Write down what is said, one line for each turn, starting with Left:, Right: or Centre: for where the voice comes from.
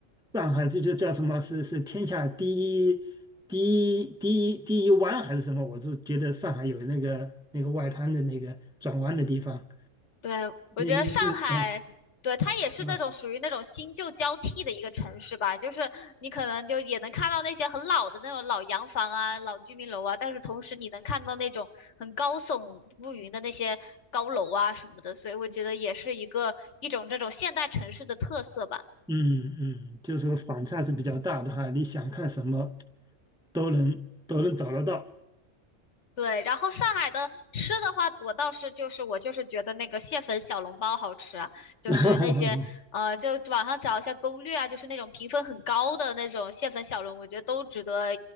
Centre: 上海这就叫什么是是天下第一第一第一第一湾还是什么？我就觉得上海有那个那个外滩的那个转弯的地方，
Left: 对，我觉得上海，
Centre: 那那那。
Left: 对，它也是那种属于那种新旧交替的一个城市吧，
Centre: 嗯
Left: 就是你可能就也能看到那些很老的那种老洋房啊、老居民楼啊，但是同时你能看到那种很高耸入云的那些高楼啊什么的，所以我觉得也是一个一种这种现代城市的特色吧。
Centre: 嗯嗯，就是说反差是比较大的哈，你想看什么都能都能找得到。
Left: 对，然后上海的吃的话，我倒是就是我就是觉得那个蟹粉小笼包好吃啊，就是那些呃，
Centre: <laughs>
Left: 就网上找一下攻略啊，就是那种评分很高的那种蟹粉小笼，我觉得都值得